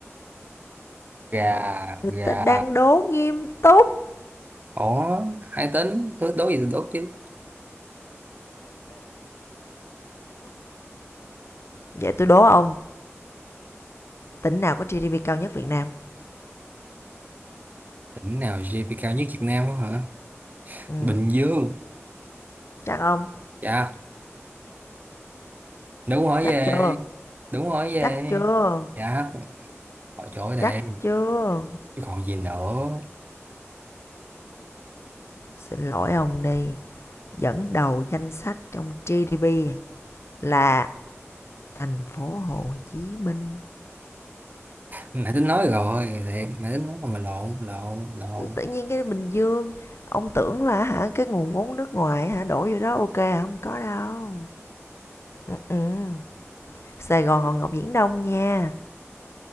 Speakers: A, on the right; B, on the left.
A: gà
B: người
A: gà
B: ta đang đố nghiêm túc.
A: ỏ hai tính tôi đố gì tôi đố chứ
B: Vậy tôi đố ông, tỉnh nào có GDP cao nhất Việt Nam?
A: tỉnh nào GDP cao nhất Việt Nam á hả
B: Ừ,
A: Bình Dương
B: chắc ông,
A: dạ đúng hỏi
B: chắc
A: về
B: chưa?
A: đúng hỏi về
B: Chắc chưa?
A: dạ hỏi chỗ đây
B: Chắc chưa?
A: chứ còn gì nữa
B: Xin lỗi ông đi, dẫn đầu danh sách trong GDP là thành phố Hồ Chí Minh
A: nãy tính nói rồi thiệt nãy tính nói mà lộn lộn lộn
B: tự nhiên cái Bình Dương ông tưởng là hả cái nguồn vốn nước ngoài hả đổ vô đó ok hả? không có đâu ừ, ừ. Sài Gòn Hòn Ngọc Viễn Đông nha